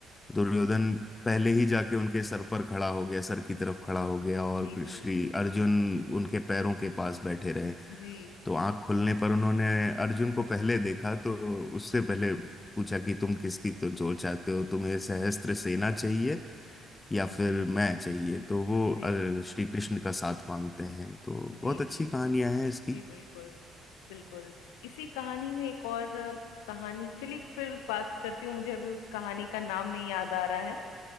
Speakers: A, on the left (about 25°); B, on the left (about 70°).
A: दुर्योधन पहले ही जाके उनके सर पर खड़ा हो गया सर की तरफ खड़ा हो गया
B: जी
A: और
B: जी जी
A: श्री अर्जुन उनके पैरों के पास बैठे रहे
B: जी जी
A: तो आंख खोलने पर उन्होंने अर्जुन को पहले देखा तो उससे पहले पूछा कि तुम किसकी तो जो चाहते हो तुम्हें सहस्त्र सेना चाहिए या फिर
B: जी
A: मैं चाहिए तो वो
B: जी
A: अ, श्री कृष्ण का साथ मांगते हैं तो
B: जी
A: बहुत अच्छी
B: जी
A: कहानियां हैं इसकी
B: जी बिल्कुल बिल्कुल इसी कहानी में एक और अ, कहानी चलिए फिर बात करती हूँ मुझे अभी उस कहानी का नाम नहीं याद आ रहा है